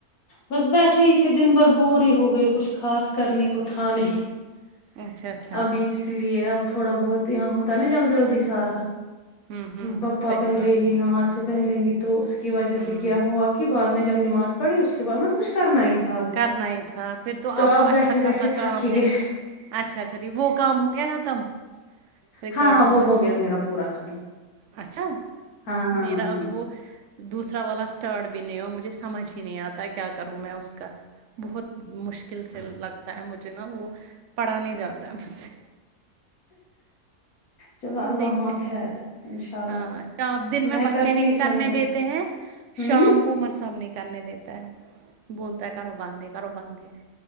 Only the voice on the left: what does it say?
بس بیٹھے ہی تھے دن بھر بور ہی ہو گئے کچھ خاص کرنے کو تھا نہیں
ابھی اس لیے اب تھوڑا بہت یہاں ہو پتا نہی جلدی جلدی سارا
بپا
پہلے
ہی
نماز سے پہلے ہی تو اس کی وجہ
سے کیا ہوا کہ کے بعد میں جب نماز پڑی اس کی اسکا بعد کچھ کرنا ہی تھا اب
تو
اب
بیٹھے
بیٹھے
تھک ہی
گئے
ہاں ہاں وہ
ہو گیا میرا پورا ختم
ہاں ہاں
ہاں
ہاں
چلو اللہ
ہمہ
خیر انشاء اللہ
کرتی
اس
میں مدد
ہوں